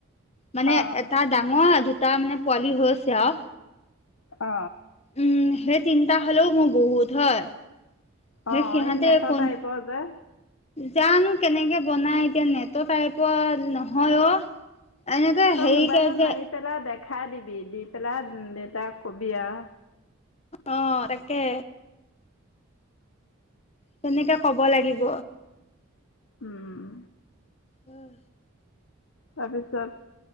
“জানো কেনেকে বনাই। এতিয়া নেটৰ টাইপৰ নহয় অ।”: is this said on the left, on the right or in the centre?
Left